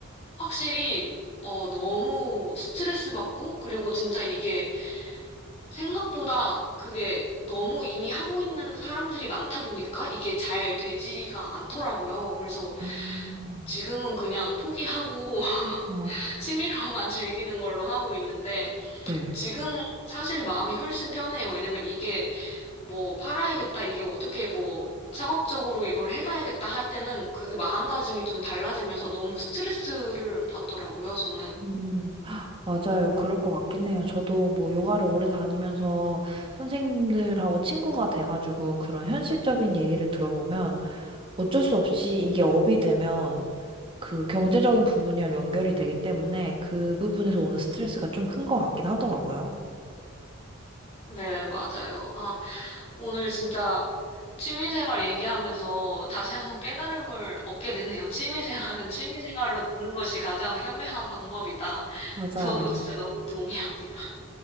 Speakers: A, on the left; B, on the right.
A: 확실히, 어, 너무 스트레스 받고, 그리고 진짜 이게 생각보다 그게 너무 이미 하고 있는 사람들이 많다 보니까 이게 잘 되지가 않더라고요. 그래서
B: 아,
A: 지금은 그냥 포기하고 <laughs>
B: 아,
A: 취미로만 즐기는 걸로 하고 있는데
B: 네.
A: 지금 사실 마음이 훨씬 편해요. 왜냐면 이게 뭐 팔아야겠다, 이게 어떻게 뭐 상업적으로 이걸 해봐야겠다 할 때는 그 마음가짐이 좀 달라지면서 너무 스트레스를 받더라고요, 저는.
B: 음, <gasps> 헉, 맞아요. 그럴 것 같긴 해요. 저도 뭐 요가를 오래 다니면서 선생님들하고 친구가 돼가지고 그런 현실적인 얘기를 들어보면 어쩔 수 없이 이게 업이 되면 그 경제적인 부분이랑 연결이 되기 때문에 그 부분에서 오는 스트레스가 좀 큰 것 같긴 하더라고요.
A: 네, 맞아요. 아, 오늘 진짜 취미생활 얘기하면서 다시 한번 깨달음을 얻게 되네요. <laughs> 취미생활은 취미생활로 두는 것이 가장 현명한 방법이다.
B: 맞아요.
A: 저도 진짜 너무 동의합니다.